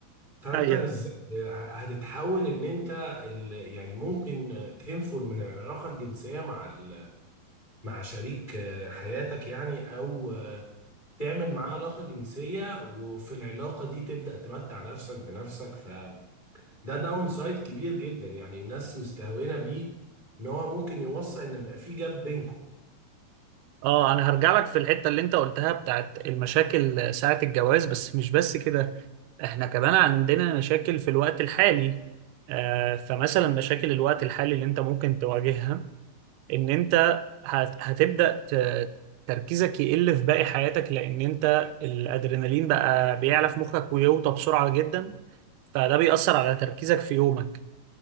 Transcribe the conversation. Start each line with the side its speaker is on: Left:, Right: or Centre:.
Left: فانت
Right: ايوه
Left: بالذات آه، هتتحول ان انت ال- يعني ممكن آه، تنفر من العلاقه الجنسيه مع ال- مع شريك آه، حياتك يعني او آه، تعمل معاه علاقه جنسيه وفي العلاقه دي تبدا تمتع نفسك بنفسك فده داون سايد كبير جدا يعني الناس مستهونه بيه ان هو ممكن يوصل ان بقى في جاب بينكم
Right: اه انا هرجع لك في الحته اللي انت قلتها بتاعت المشاكل ساعه الجواز بس مش بس كده احنا كمان عندنا مشاكل في الوقت الحالي آه، فمثلا مشاكل الوقت الحالي اللي انت ممكن تواجهها ان انت هت- هتبدأ ت- تركيزك يقل في باقي حياتك لان انت الادرينالين بقى بيعلى في مخك ويوطى بسرعة جدا فده بيأثر على تركيزك في يومك